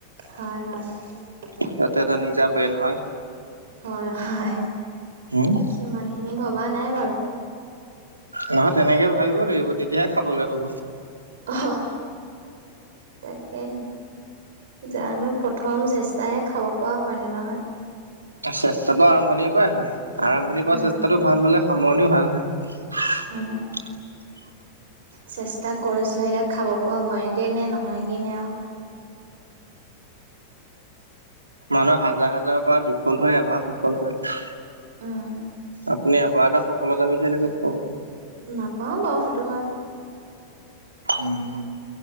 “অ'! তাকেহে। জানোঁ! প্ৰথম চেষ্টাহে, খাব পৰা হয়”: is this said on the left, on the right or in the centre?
Right